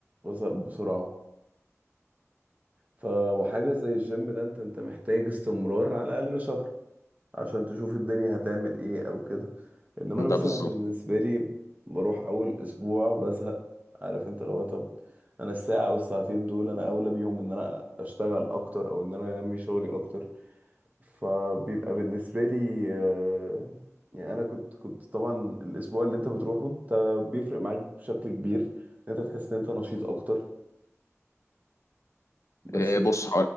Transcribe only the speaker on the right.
بزهق بسرعه ف وحاجه زي الجيم ده انت انت محتاج استمرار على الاقل شهر عشان تشوف الدنيا هتعمل ايه او كده انما
انا مثلا
بالنسبه لي بروح اول اسبوع بزهق عارف انت لو طب انا الساعه او الساعتين دول انا اولى بيهم ان انا اشتغل اكتر او ان انا انمي شغلي اكتر فبيبقى بالنسبة لي آه، يعني أنا كنت كنت طبعا الأسبوع اللي أنت بتروحه أنت بيفرق معاك بشكل كبير أنت بتحس إن أنت نشيط أكتر بس
في...